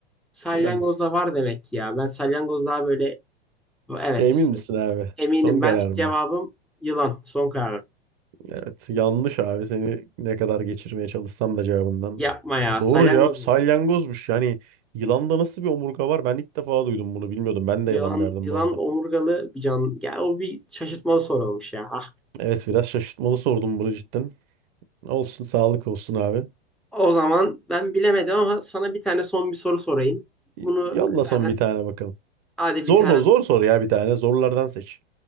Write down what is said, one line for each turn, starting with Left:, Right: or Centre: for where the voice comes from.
Centre: salyangozda
Right: yılan.
Centre: var demek ki ya. Ben salyangoz daha böyle evet
Right: Emin misin abi?
Centre: eminim
Right: Son kararım
Centre: ben cevabım
Right: mı?
Centre: yılan. Son kararım.
Right: Evet yanlış abi seni ne kadar geçirmeye çalışsam da cevabından.
Centre: Yapma ya.
Right: Doğru
Centre: Salyangoz
Right: cevap salyangozmuş.
Centre: muyum?
Right: Yani yılanda nasıl bir omurga var? Ben ilk defa duydum bunu bilmiyordum. Ben de
Centre: Yılan,
Right: yılan derdim
Centre: yılan
Right: bu arada.
Centre: omurgalı bir can. Ya o bir şaşırtmalı soru olmuş ya. Ah.
Right: Evet biraz şaşırtmalı sordum bunu cidden. Olsun sağlık olsun abi.
Centre: O zaman ben bilemedim ama sana bir tane son bir soru sorayım.
Right: Y-
Centre: Bunu
Right: Yolla
Centre: zaten
Right: son bir tane bakalım.
Centre: hadi
Right: Zor
Centre: bir tane
Right: soru zor
Centre: sor.
Right: soru ya bir tane. Zorlardan seç.